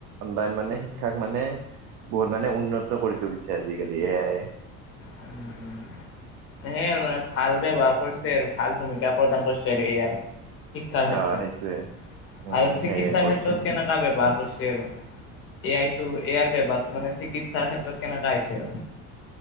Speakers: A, on the right (about 70°); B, on the left (about 40°).
A: অনলাইন মানে শিক্ষাক মানে বহুত মানে উন্নত কৰি তুলিছে আজিকালি এয়াইয়ে।
B: উম, উম, সেই আৰু মানে ভাল ব্যৱহাৰ কৰিছে আৰু ভাল ভূমিকা প্ৰদান কৰিছে আৰু এয়াই। শিক্ষাৰ ক্ষেত্ৰত
A: অ সেইটোয়ে উম
B: আৰু চিকিৎসাৰ
A: সেয়ে কৰিছে
B: ক্ষেত্ৰত কেনেকুৱা ব্যৱহাৰ কৰিছে আৰু? এয়াইটো এয়াৰ ব্যৱহাৰটো মানে চিকিৎসাৰ ক্ষেত্ৰত কেনেকা হৈছে?